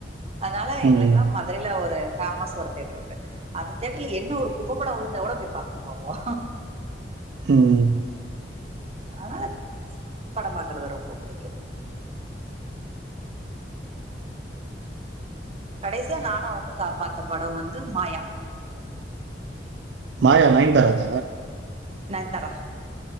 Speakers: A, on the right; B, on the right.
A: அதனால எங்குளுக்கெல்லா
B: ம்.
A: மதுரையில ஒரு பேமஸ் ஒரு தேட்டர் இருக்கு அந்த தேட்டர்ல என்ன ஒரு குப்பப்படம் விழுந்தா கூட போய் பாக்க போவோ
B: ம்.
A: ஆஹத் படம் பாக்குறது ரொம்ப புடிக்கு கடைசியா நானு அவுங்குளும் பாத்த படம் வந்து மாயா
B: மாயா நயன்தாராத
A: நயன்தாரா